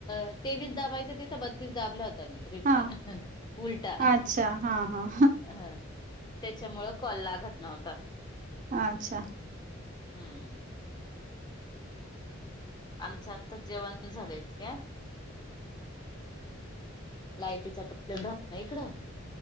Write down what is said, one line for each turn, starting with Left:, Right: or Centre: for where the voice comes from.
Left: ब तेवीस दाबायचं तिथं बत्तीस दाबल होतं. म रिट
Right: हा
Left: उलटा.
Right: अच्छा हा. हा
Left: हा तेच्यामुळं कॉल लागतं नव्हता.
Right: आच्छा.
Left: हम. आमचं आत्ता जेवण झालंयत क्या. लायटीचा प्रॉब्लेम राहत ना इकड,